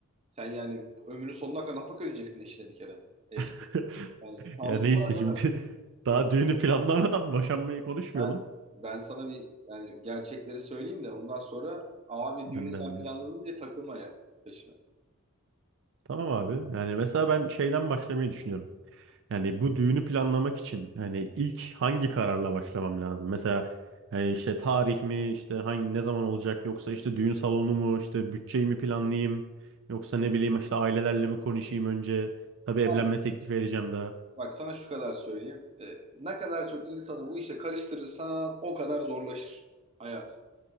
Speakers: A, on the right (about 30°); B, on the right (about 60°).
A: Sen yani ömrünün sonuna kadar nafaka ödeyeceksin eşine bir kere. Eski
B: <laughs>
A: eşine. Yani kanunsal
B: Ya neyse
A: olarak
B: şimdi <laughs> daha düğünü planlamadan boşanmayı konuşmayalım
A: zaten ben, ben sana bir yani gerçekleri söyleyeyim de ondan sonra abi düğünü
B: önden
A: sen planladın
B: diyorsun.
A: diye takılma yani peşime.
B: Tamam abi. Yani mesela ben şeyden başlamayı düşünüyorum. Yani bu düğünü planlamak için yani ilk hangi kararla başlamam lazım? Mesela yani işte tarih mi, işte hangi ne zaman olacak yoksa işte düğün salonu mu, işte bütçeyi mi planlayayım yoksa ne bileyim işte ailelerle mi konuşayım önce? Tabii evlenme
A: Abi
B: teklifi edeceğim daha.
A: Bak sana şu kadar söyleyeyim. Ee, ne kadar çok insanı bu işe karıştırırsan o kadar zorlaşır hayat.